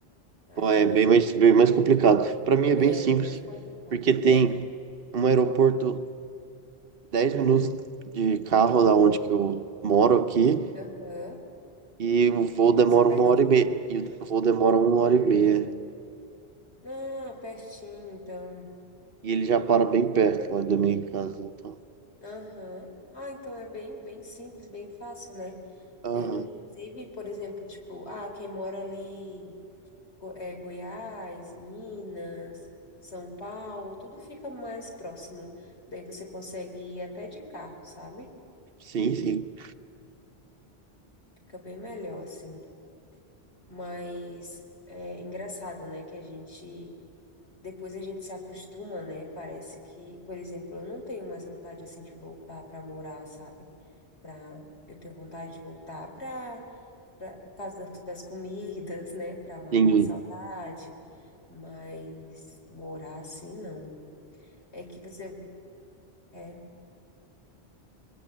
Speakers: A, on the left; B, on the right.
A: Aí
B: Pô, é
A: eu não
B: bem mais, bem mais complicado. Para mim é
A: É
B: bem simples,
A: bem mais complicado.
B: porque tem
A: É.
B: um aeroporto 10 minutos de carro da onde que eu moro aqui,
A: Aham.
B: e o voo demora
A: Nossa, pertinho.
B: uma hora e meia. E o voo demora uma hora e meia.
A: Ah, pertinho, então.
B: E ele já para bem perto lá da minha casa, então.
A: Aham. Ah, então é bem, bem simples, bem fácil, né?
B: Aham.
A: É, inclusive, por exemplo, tipo, ah, quem mora ali, Go- é, Goiás, Minas, São Paulo, tudo fica mais próximo. Daí você consegue ir até de carro, sabe?
B: Sim, sim.
A: Fica bem melhor, assim. Mas é engraçado, né? Que a gente Depois a gente se acostuma, né? Parece que, por exemplo, eu não tenho mais vontade assim de voltar para morar, sabe? Pra, eu tenho vontade de voltar para por causa das, das comidas, né? Para matar
B: Sim.
A: a saudade, mas morar assim não. É que você é,